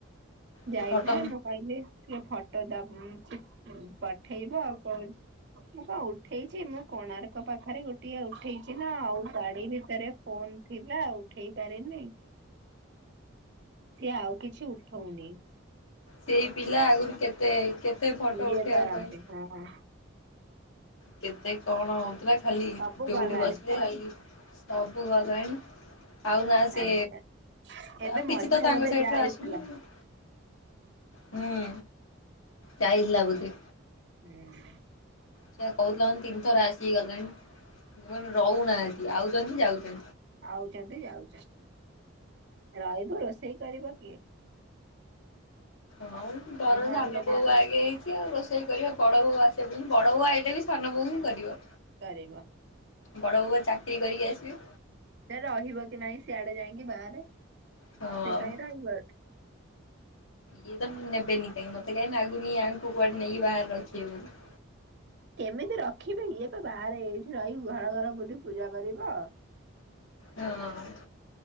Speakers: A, on the left; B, on the right.
A: ସେ
B: ଯାଇଥିଲେ
A: ଫଟୋ
B: ନା? କହିଲେ ଟିକେ ଫଟୋ ଉଁ ଚି ପଠେଇବ ଆଉ କହୁ ମୁଁ ପା ଉଠେଇଛି ମୁଁ କୋଣାର୍କ ପାଖରେ ଗୋଟିଏ ଉଠେଇଛି ନା ଆଉ ଗାଡି ଭିତରେ ଫୋନ ଥିଲା ଉଠେଇ ପାରିନି। ସିଏ ଆଉ କିଛି ଉଠଉନି।
A: ସେଇ ପିଲା ଆଗରୁ କେତେ କେତେ ଫଟୋ
B: ଇଏ
A: ଉଠେଇବା
B: କରନ୍ତି
A: ପାଇ।
B: ହଁ ହଁ
A: କେତେ କଣ ହଉଥିଲା, ଖାଲି
B: ସବୁ
A: ଜଉଠି
B: ଗଲାଣି
A: ବସିଲେ
B: ସବୁ
A: ଖାଲି ସବୁ ଗଲାଣି। ଆଉ ନା
B: ଛାଡିଗଲାଣି
A: ସେ,
B: ଏବେ
A: ଆଉ କିଛି
B: ମଝିରେ
A: ତ ତାଙ୍କ
B: ବୋଧେ
A: ସାଇଟରୁ
B: ଯାଇଥିଲା
A: ଆସୁନି ଆଉ। ହୁଁ। ଯାଇଥିଲା ବୋଧେ।
B: ହୁଁ।
A: ସେଏ କହୁଥିଲା ମତେ ତିନି ଥର ଆସିି ଗଲାଣି। ମୁଁ କହିନି ରହୁନାହାନ୍ତି। ଆଉଛନ୍ତି ଯାଉଛନ୍ତି।
B: ଆଉଛନ୍ତି ଯାଉଛନ୍ତି। ରହିବ ରୋଷେଇ କରିବ କିଏ?
A: ହଁ ଧର
B: ତାଙ୍କ
A: ସାନ
B: ଘରେ ଯଦି
A: ବୋଉ ଆ ହେଇଛି ଆଉ ରୋଷେଇ କରିବା। ବଡ ବୋଉ ଆସିବ, ବଡ ବୋଉ ଆଇଲେ ବି ସାନ ବୋଉ ହିଁ କରିବ।
B: କରିବ।
A: ବଡ଼ ବୋଉ ବା ଚାକିରି କରିକି ଆସିବେ।
B: ସେ ରହିବ କି ନାଇଁ ସିଆଡେ ଯାଇକିଁ ବାହାରେ। ସେ
A: ହଁ।
B: କାହିଁକି ରହିବ ଏଠି।
A: ଇଏ ତ ନେବେନି କାଇଁ, ମତେ କାଇ ନାଗୁନି ଇଆଙ୍କୁ କୁଆଡେ ନେଇକି ବାରେ ରଖିବେ ବୋଲି।
B: କେମିତି ରଖିବେ, ଇଏ ତ ବାହାରେ ଏଇଠି ରହିି ଘର ଘର ବୁଲି ପୂଜା କରିବ।
A: ହଁ।